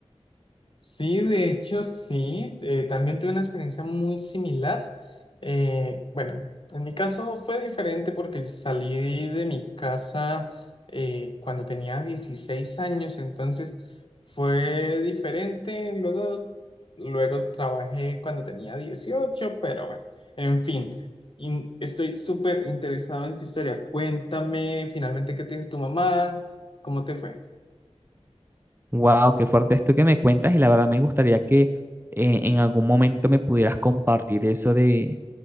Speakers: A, on the left; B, on the right.
A: Sí, de hecho sí, eh, también tuve una experiencia muy similar. Eh, bueno, en mi caso fue diferente porque salí de mi casa eh, cuando tenía 16 años, entonces fue diferente. Luego, luego trabajé cuando tenía 18, pero bueno, en fin, in- estoy súper interesado en tu historia. Cuéntame finalmente qué te dijo tu mamá, cómo te fue.
B: Wow, qué fuerte esto que me cuentas y la verdad me gustaría que eh, en algún momento me pudieras compartir eso de,